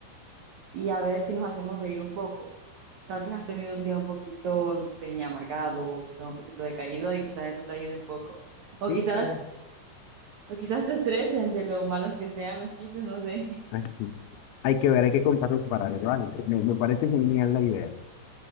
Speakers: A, on the right; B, on the left.
A: y a ver si nos hacemos reír un poco. Tal vez has tenido un día un poquito, no sé, amargado, o quizás un poquito decaído y quizás eso te ayude un poco. O
B: sí,
A: quizás
B: claro.
A: O quizás te estresen de lo malos que sean los chistes, no sé.
B: Ay, hay que ver, hay que contarnos para ver, ¿vale? Me, me parece genial la idea.